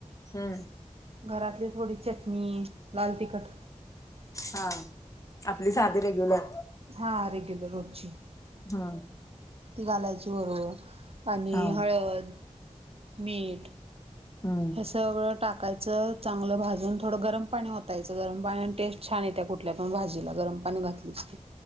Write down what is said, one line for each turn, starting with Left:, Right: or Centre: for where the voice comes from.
Left: हम्म
Right: घरातली थोडी चटणी लाल तिखट
Left: हा आपली साधी रेग्युलर
Right: हा रेग्युलर रोजची
Left: हा
Right: ती घालायची बरोबर आणि
Left: हा
Right: हळद, मीठ
Left: हम्म.
Right: हे सगळं टाकायचं चांगलं भाजून थोडं गरम पाणी ओतायचं गरम पाण्या आणि टेस्ट छान येत्या कुठल्या पण भाजीला गरम पाणी घातलीस की.